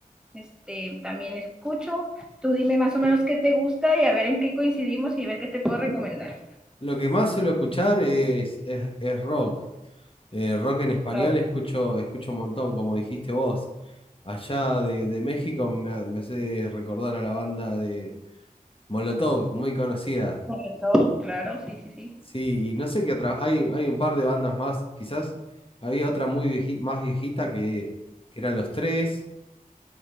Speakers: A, in the centre; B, on the left (about 35°).
A: este, también escucho. Tú dime más o menos qué te gusta y a ver en qué coincidimos y a ver qué te puedo recomendar.
B: Lo que más suelo escuchar es, es, es rock. Eh, rock en español
A: Rock,
B: escucho, escucho un montón, como dijiste vos. Allá de, de México me, me hace recordar a la banda de Molotov, muy conocida.
A: sobre todo, claro, sí, sí, sí.
B: Sí, y no sé qué otra. Hay, hay un par de bandas más, quizás. Había otra muy vieji- más viejita que, que eran los tres.